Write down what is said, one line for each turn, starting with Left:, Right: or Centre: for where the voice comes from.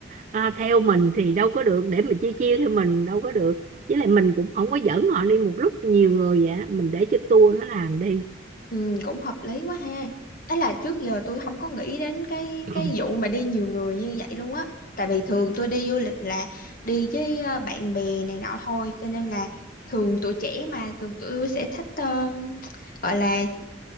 Right: à, theo mình thì đâu có được. Để mà chia chia theo mình đâu có được. Với lại mình cũng không có dẫn họ đi một lúc nhiều người vậy. á. Mình để cho tour nó làm đi.
Left: Ừ, cũng hợp lý quá ha. Ấy là trước giờ tôi không có nghĩ đến cái
Right: Ừ.
Left: cái vụ mà đi nhiều người như vậy luôn á. Tại vì thường tôi đi du lịch là đi với ờ, bạn bè này nọ thôi, cho nên là thường tuổi trẻ mà thường tụi tôi sẽ thích ờ, gọi là